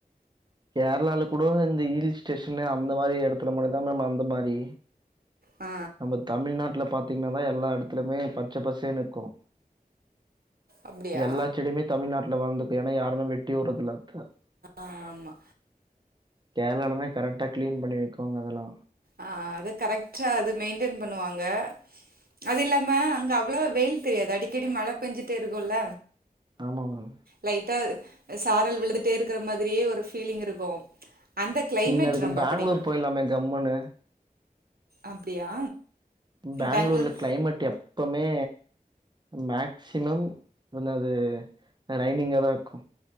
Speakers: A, on the right (about 30°); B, on the right (about 80°).
A: கேர்ளால கூட இந்த ஹில் ஸ்டேஷன் அந்த மாரி இடத்துல மட்டு தா மேம் அந்த மாரி
B: ஆ
A: இப்போ தமிழ்நாட்ல பாத்தீங்கன்னா எல்லா எடத்துலுமே பச்ச பசேன்க்கு
B: அப்டியா
A: எல்லா செடிமே தமிழ்நாட்டுல வளந்துக்கு ஏன்னா யாருமே வெட்டியே உட்றதுல்ல அத்த
B: ஆமா
A: கேர்ளாலதா கரெட்டா கிளீன் பண்ணி வைக்குவாங்க அதலா
B: ஆ அது கரெக்டா அது மெயின்டென் பண்ணுவாங்க அது இல்லாம அங்க அவ்ளவா வெயில் தெரியாது அடிக்கடி மழ பெஞ்சுட்டே இருக்குல்ல
A: ஆமா மேம்
B: லைட்டா சாரல் விழுதுட்டேருக்கிற மாதிரியே ஒரு ஃபீலிங் இருக்கு அந்த கிளைமேட்
A: நீங்க அதுக்கு
B: ரொம்ப
A: பெங்களூர்
B: பிடிக்கு
A: போயிர்லாமே கம்முன்னு.
B: அப்டியா
A: பெங்ளூர்ல
B: பெங்களூர்
A: க்ளைமேட் எப் எப்போமோ மேக்சிமம் வந்து அது ரைனிங்காதா இருக்கு